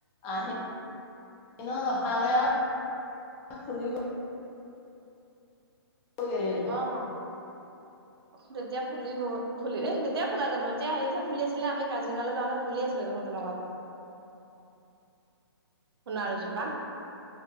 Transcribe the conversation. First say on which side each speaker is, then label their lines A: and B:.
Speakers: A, on the left (about 15°); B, on the right (about 65°).
A: আহিনত অহালে আৰু ফুলিব <inaudible>
B: অ', অ তেতিয়া ফুলি ব ফুলি তেতিয়া ফুলে জানো এতিয়া হেৰিহে ফুলি আছিলে আমি কাজিৰঙালৈ যাওঁতে ফুলি আছিলে <unintelligible> সোণাৰু জোপা